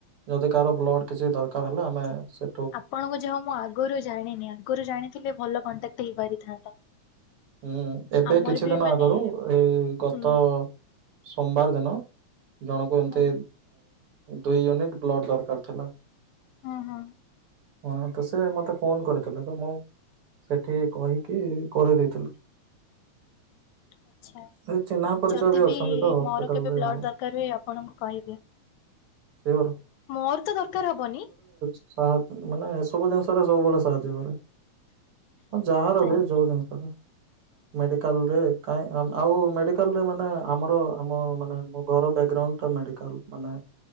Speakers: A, on the right; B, on the left.
A: ଯଦି କାହାର ବ୍ଲଡ କିଛି ଦରକାର ହେଲେ ଆମେ ସେ
B: ଆପଣଙ୍କୁ ଯମା ମୁଁ ଆଗରୁ ଜାଣିନି ଆଗରୁ ଜାଣିଥିଲେ ଭଲ କଣ୍ଟାକ୍ଟ ହେଇପାରିଥାନ୍ତା।
A: ହୁଁ ଏବେ
B: ଆମର
A: କିଛି
B: ବି
A: ଦିନ
B: ମାନେ
A: ଆଗରୁ ଏଇ ଗତ
B: ହୁଁ
A: ସୋମବାର ଦିନ ଜଣକୁ ଏମତି
B: ହଁ
A: ଦୁଇୟୁନିଟ୍ ବ୍ଲଡ଼ ଦରକାର ଥିଲା
B: ହଁହଁ।
A: ହଁ ତ ସେ ମତେ ଫୋନ କରିଥିଲେ ତ ମୁଁ ସେଠି କହିକି କରେଇ ଦେଇଥିଲି। <inaudible>
B: ଆଚ୍ଛା।
A: ଏ ଚିହ୍ନା ପରିଚୟ
B: ଯଦି
A: ବି
B: ବିି
A: ଅଛନ୍ତି ତ ହସ୍ପିଟାଲରେ
B: ମୋର କେବେ ବ୍ଲଡ
A: ଆଉ
B: ଦରକାର ହୁଏ ଆପଣଙ୍କୁ କହିବି।
A: ସିଓର।
B: ମୋର ତ ଦରକାର ହବନି।
A: ସାହାଯ ମାନେ ସବୁ ଜିନିଷ ରେ ସବୁବେଳେ ସାହାଯ୍ୟ କରେ। ହଁ ଯାହାର
B: ଥ୍ୟାଙ୍କ
A: ବି ଯୋଉ ଜିନିଷ ରେ। ମେଡିକାଲରେ କାଁଏ ଆଉ ମେଡିକାଲରେ ମାନେ ଆମର ଆମ ମାନେ ମୋ ଘର ବ୍ୟାକଗ୍ରାଉଣ୍ଡ ଟା ମେଡିକ କଲ ମାନେ